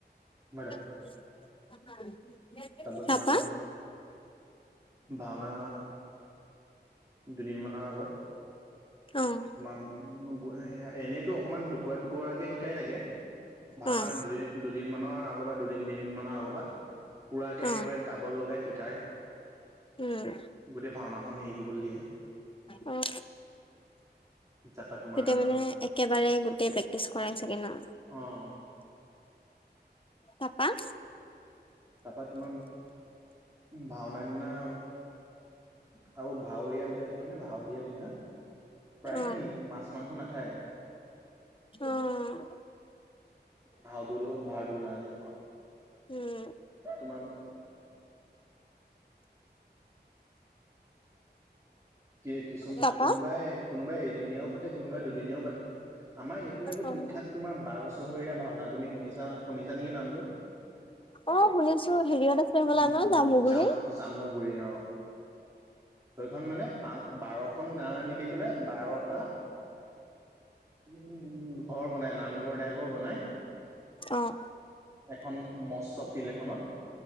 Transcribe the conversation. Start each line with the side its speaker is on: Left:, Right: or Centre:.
Right: বাৰ <unintelligible>
Left: <inaudible>
Right: তাৰপৰা
Left: তাপা
Right: তোমাৰ। ভাওনা দুদিনমানৰ আগত।
Left: অ',
Right: তোমাৰ এনে। টো অকনমান টুকুৰা- টুকুৰাকে শিকাই থাকে
Left: অ',
Right: ভাওনাৰ দু। দুদিনমানানৰ আগৰ পৰা, দুদিন দিন মানৰ আগৰ পৰা। পুৰাকে
Left: অ',
Right: একেবাৰে গাব লগাই শিকাই,
Left: উম,
Right: গোটেই ভাওনাখনন হেৰি কৰিবলৈ দিয়ে।
Left: উম।
Right: তাৰপা তোমাৰ
Left: তেতিয়া মানে একেবাৰে গোটেই প্ৰেক্টিচ কৰাই চাগে ন।
Right: অঁ।
Left: তাৰপা।
Right: তাৰাপা তোমাৰ ভাওনা দিনা আৰু। ভাৱৰীয়া বিলাকে মানে ভাৱ দিয়াৰ দিনা প্ৰায়
Left: অ',
Right: খিনিয়ে মাছ মাংস নাখায়।
Left: অঁ।
Right: ভাওটো লো ভাওটোৰ কাৰণে।
Left: উম।
Right: তোমমান <inaudible> কি কিছুমান
Left: তাপা
Right: কোনোবাই কোনোবাই এদিনীয়াও পাতে কোনোবাই দুদিনীয়াও পাতে। আমাৰ এইফালে আকৌ
Left: অ',
Right: বিখ্যাত তোমাৰ বাৰ চহৰীয়া ভাওনা তুমি শুনিছা শুনিছা নেকি নামটো।
Left: অ শুনিছো, হেৰিয়ত আছে হবলা
Right: উম
Left: ন জামুগুৰিত।
Right: জামু জামুগুৰি অ'। সেইখন মানে পচ বাৰখনন গাঁৱে মিলি পেলাই বাৰটা। উম, ঘৰ বনাই নামঘৰ টাইপৰ বনাই।
Left: অঁ।
Right: এখন মস্ত ফিল্ড এখনত।